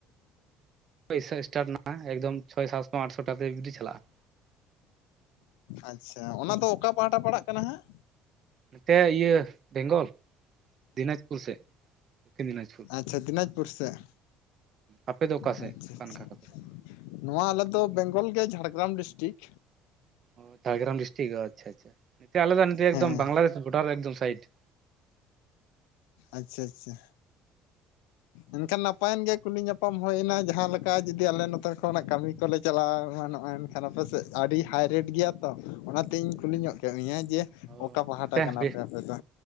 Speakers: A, on the right; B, on the left.
A: ᱯᱩᱭᱥᱟᱹ ᱥᱴᱟᱴ ᱮᱱᱟ ᱮᱠᱫᱚᱢ ᱪᱷᱚᱭ, ᱥᱟᱛᱥᱚ, ᱟᱴᱥᱚ ᱠᱟᱛᱮ ᱵᱮᱴᱤ ᱪᱟᱞᱟᱜ-ᱟ᱾
B: ᱟᱪᱪᱷᱟ ᱚᱱᱟ ᱫᱚ ᱚᱠᱟ ᱯᱟᱦᱴᱟ ᱯᱟᱲᱟᱜ ᱠᱟᱱᱟ ᱦᱟᱸᱜ?
A: ᱱᱚᱛᱮ ᱤᱭᱟᱹ ᱵᱮᱝᱜᱚᱞ ᱫᱤᱱᱟᱡᱽᱯᱩᱨ ᱥᱮᱫ ᱠᱷᱤᱱ ᱫᱤᱱᱟᱡᱽᱯᱩᱨ
B: ᱟᱪᱪᱷᱟ ᱫᱤᱱᱟᱡᱽᱯᱩᱨ ᱥᱮᱫ,
A: ᱟᱯᱮ ᱫᱚ ᱚᱠᱟᱥᱮᱫ
B: ᱟᱪᱪᱷᱟ
A: ᱚᱠᱟ
B: ᱟᱪᱪᱷᱟ
A: ᱱᱟᱠᱷᱟ ᱠᱟᱛᱮ ᱨᱚᱲ
B: ᱱᱚᱣᱟ ᱟᱞᱮ ᱫᱚ ᱵᱮᱝᱜᱚᱞ ᱜᱮ, ᱡᱷᱟᱲᱜᱨᱟᱢ ᱰᱤᱥᱴᱤᱠ,
A: ᱚ ᱡᱷᱟᱲᱜᱨᱟᱢ ᱰᱤᱥᱴᱤᱠ ᱟᱪᱪᱷᱟ ᱟᱪᱪᱷᱟ, ᱱᱤᱛᱮ ᱟᱞᱮᱫᱚ ᱱᱮᱰᱮ
B: ᱦᱮᱸ
A: ᱮᱫᱚᱢ ᱵᱟᱝᱞᱟᱫᱮᱥ ᱵᱚᱰᱟᱨᱮ ᱮᱠᱫᱚᱢ ᱥᱟᱭᱤᱰ
B: ᱟᱪᱪᱷᱟ ᱟᱪᱪᱷᱟ ᱮᱱᱠᱷᱟᱱ ᱱᱟᱯᱟᱭᱮᱱ ᱜᱮ ᱠᱩᱞᱤ ᱧᱟᱯᱟᱢ ᱦᱩᱭᱱᱟ ᱡᱟᱦᱟᱸ ᱞᱮᱠᱟ ᱚᱱᱠᱟ ᱡᱩᱫᱤ ᱟᱞᱮ ᱱᱚᱛᱮ ᱠᱷᱚᱱᱟᱜ ᱠᱟᱹᱢᱤ ᱠᱚᱞᱮ ᱪᱟᱞᱟᱣ ᱮᱢᱟᱱᱚᱜ-ᱟ, ᱮᱱᱠᱷᱟᱱ ᱟᱯᱮᱥᱮᱫ ᱟᱹᱰᱤ ᱦᱟᱭ ᱨᱮᱴ ᱜᱮᱭᱟ ᱛᱚ, ᱚᱱᱟ ᱛᱤᱧ ᱠᱩᱞᱤ ᱧᱚᱜ ᱠᱮᱜᱽ ᱢᱮᱭᱟ, ᱡᱮ
A: ᱚ
B: ᱚᱠᱟ ᱯᱟᱦᱴᱟ
A: ᱱᱚᱛᱮ
B: ᱠᱟᱱᱟᱯᱮ
A: ᱨᱮᱴ
B: ᱟᱯᱮ ᱫᱚ?